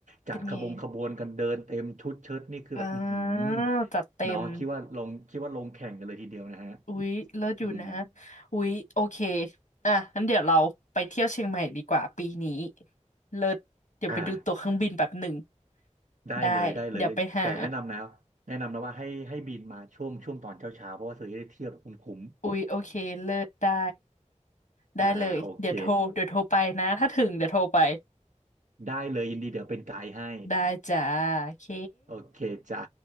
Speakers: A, on the right; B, on the left.
A: จัดขบงขบวนกันเดินเต็มชุดเชิ้ตนี่คือแบบอือหือ
B: เป็นไงอ่าจัดเต็ม
A: เนาะคิดว่าลงคิดว่าลงแข่งกันเลยทีเดียวนะฮะ
B: อุ๊ยเลิศอยู่นะ
A: อืม
B: อุ๊ยโอเคอ่ะงั้นเดี๋ยวเราไปเที่ยวเชียงใหม่ดีกว่าปีนี้เลิศเดี๋ยวไปดูตั๋วเครื่องบินแบบหนึ่ง
A: อ่า ได้เลยได้เลยแต่แนะนำนะ
B: ได้เดี๋ยวไปหา
A: แนะนำนะว่าให้ให้บินมาช่วงช่วงตอนเช้าเช้าเพราะว่าเธอจะได้เที่ยวแบบคุ้ม
B: อุ๊ยโอเคเลิศได้
A: ๆอ่าโอเค
B: ได้เลยเดี๋ยวโทรเดี๋ยวโทรไปนะถ้าถึงเดี๋ยวโทรไป
A: ได้เลยยินดีเดี๋ยวเป็นไกด์ให้
B: ได้จ้าโอเค
A: โอเคจ้ะ